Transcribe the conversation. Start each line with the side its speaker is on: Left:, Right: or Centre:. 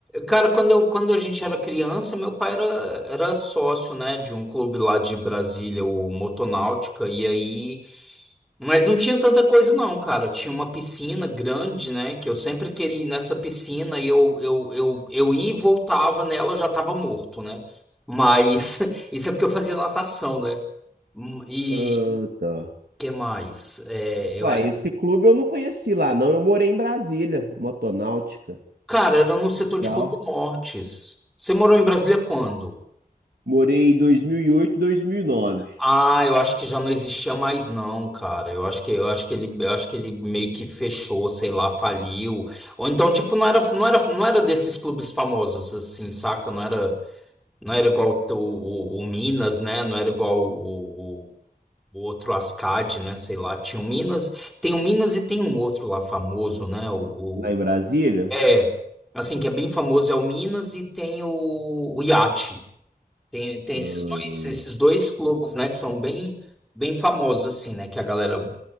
Centre: Cara, quando, eu, quando a gente era criança, meu pai era, era sócio, né, de um clube lá de Brasília, o Motonáutica, e aí. Mas não tinha tanta coisa, não, cara. Tinha uma piscina grande, né, que eu sempre queria ir nessa piscina e eu, eu, eu, eu ia e voltava nela, já tava morto, né? Mas <laughs> isso é porque eu fazia natação, né? Hum, E
Right: Ah, tá.
Centre: que mais? É, eu,
Right: ué
Centre: é
Right: esse clube eu não conheci lá, não. Eu morei em Brasília, Motonáutica.
Centre: cara, era no setor de
Right: Legal.
Centre: Clube Nortes. Você morou em Brasília quando?
Right: Morei em dois dois mil mil e oito dois mil e nove
Centre: Ah, eu acho que já não existia mais não, cara. Eu acho que eu acho que ele eu acho que ele meio que fechou, sei lá, faliu. Ou então tipo não era não era não era desses clubes famosos assim, saca? Não era não era igual o, o, o Minas, né? Não era igual o, o, o outro Ascad, né? Sei lá. Tinha o Minas, tem o Minas e tem um outro lá famoso, né? O,
Right: lá em Brasília.
Centre: o- é assim que é bem famoso é o Minas e tem o, o Iate. Tem, tem
Right: Hum.
Centre: esses dois, esses dois clubes, né, que são bem, bem famosos, assim, né, que a galera...